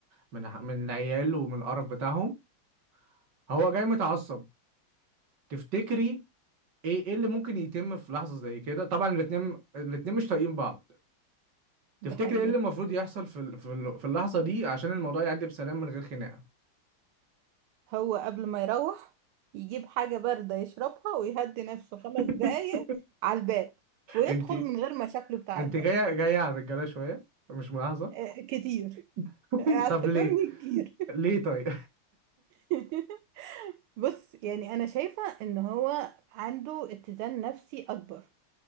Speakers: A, on the right; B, on the right.
A: من من العيال ومن القرف بتاعهم هو جاي متعصب تفتكري ايه ايه اللي ممكن يتم في لحظه زي كده طبعا الاتنين الاتنين مش طايقين بعض
B: دي
A: تفتكري
B: حقيقة
A: ايه اللي المفروض يحصل في ال- في ال- في اللحظه دي عشان الموضوع يعدي بسلام من غير خناقه
B: هو قبل ما يروح يجيب حاجة باردة يشربها ويهدي نفسه خمس
A: <laughs>
B: دقايق على الباب ويدخل
A: انت
B: من غير مشاكله بتاعت
A: انت
B: بره
A: جايه جايه على الرجاله شويه مش ملاحظه
B: آه، كتير
A: <laughs>
B: اعتبرني
A: طب ليه
B: كتير
A: ليه طيب
B: <laughs> بص يعني انا شايفة ان هو عنده اتزان نفسي اكبر